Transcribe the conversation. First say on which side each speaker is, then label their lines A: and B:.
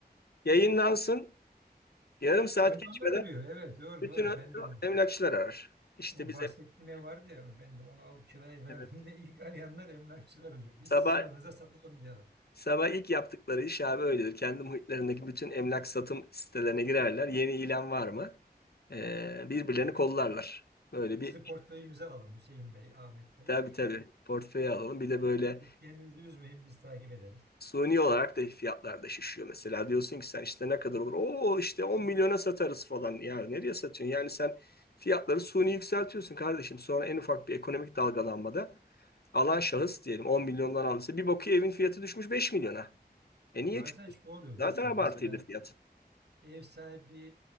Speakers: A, on the left; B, on the right.
A: Yayınlansın. Yarım saat
B: Önce
A: geçmeden
B: onlar arıyor. Evet doğru
A: bütün
B: doğru.
A: o-
B: Ben de o,
A: emlakçılar arar. İşte
B: o
A: biz
B: bahsettiğim ev vardı ya ben de onu alıp kiraya verdiğimde
A: evet.
B: ilk arayanlar emlakçılar oluyor. Biz
A: sabah
B: sizin adınıza satalım diyorlar.
A: sabah ilk yaptıkları iş abi öyledir. Kendi muhitlerindeki bütün emlak satım sitelerine girerler. Yeni ilan var mı? E, birbirlerini kollarlar. Böyle bir
B: Sizi portföyümüze alalım Hüseyin Bey, Ahmet Bey.
A: tabii tabii portföy alalım. Bir de böyle
B: Hiç Kendinizi üzmeyin biz takip ederiz.
A: suni olarak da fiyatlar da şişiyor. Mesela diyorsun ki sen işte ne kadar olur? Oo işte 10 milyona satarız falan. Yani nereye satıyorsun? Yani sen fiyatları suni yükseltiyorsun kardeşim. Sonra en ufak bir ekonomik dalgalanmada alan şahıs diyelim 10 milyondan aldıysa bir bakıyor evin fiyatı düşmüş 5 milyona. E
B: Bazen
A: niye? Çünkü
B: şu oluyor dostum
A: zaten Tabii, abartıydı
B: mesela
A: fiyat.
B: ev sahibi